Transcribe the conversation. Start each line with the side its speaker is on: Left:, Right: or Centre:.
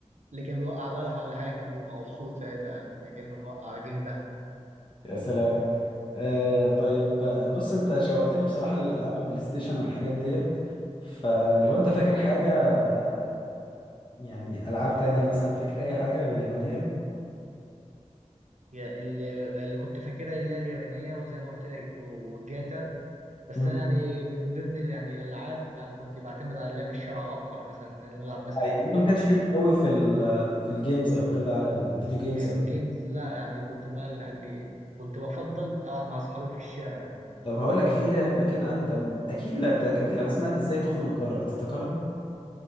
Right: اللي كان بيوقع بلح ولا حاجة كان بيبقى مبسوط ساعتها يعني كأنه وقع جنيه ذهب
Left: يا سلام آه طيب آه، بص انت شوقتني بصراحة للألعاب البلاي ستيشن والحاجات ديت فلو انت فاكر حاجة آه، يعني ألعاب تانية مثلا فاكر أي حاجة غير يابانية
Right: يا- اللي اللي كنت فاكرها اللي هي اليابانية وزي ما قلت لك وجاتا بس
Left: مم.
Right: أنا يعني من ضمن ال- يعني الألعاب يعني كنت بعتمد على اللعب الشرعي أكتر مثلا نلعب مثلا
Left: آه، يعني
Right: استغماية
Left: انت ما كانش ليك قوي في ال في الجيمز او كده على الفيديو جيمز
Right: في
Left: او
Right: الجيمز لا يعني كنت مال يعني كنت بفضل ألعب مع أصحابي في الشارع يعني
Left: طب هقول لك في لعبة كده انت م- اكيد لعبتها كان في لعبة اسمها ازاي تخنق جارك تفتكرها